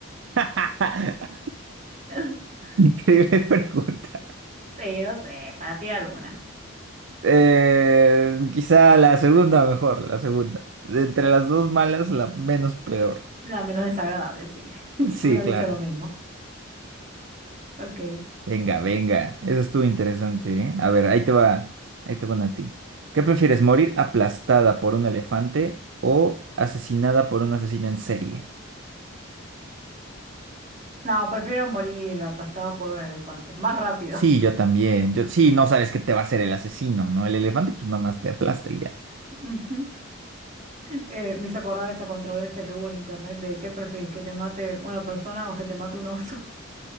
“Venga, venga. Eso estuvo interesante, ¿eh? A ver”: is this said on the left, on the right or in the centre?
Right